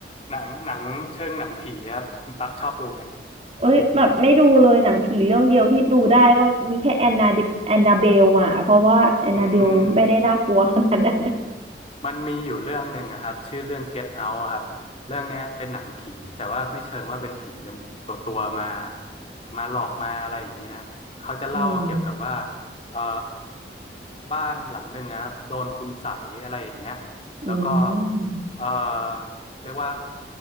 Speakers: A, on the left; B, on the right.
A: หนังหนังเชิงหนังผีครับคุณตั๊กชอบดูไหม
B: <laughs> เอ้ยแบบไม่ดูเลยหนังผีเรื่องเดียวที่ดูได้ก็มีแค่แอนนาแอนนาเบลอ่ะเพราะว่าแอนนาเบลไม่ได้น่ากลัวขนาดนั้น
A: อืม มันมีอยู่เรื่องหนึ่งอะครับชื่อเรื่อง Get Out อะครับเรื่องเนี้ยเป็นหนังผีแต่ว่าไม่เชิงว่าเป็นผีเป็นตัวตัวมามาหลอกมาอะไรอย่างนี้นะเขาจะเล่าเกี่ยวกับว่า
B: อืม
A: เอ่อบ้านหลังหนึ่งอะครับโดนคุณใสยอะไรอย่างเงี้ย
B: อืม
A: แล้วก็เอ่อเรียกว่า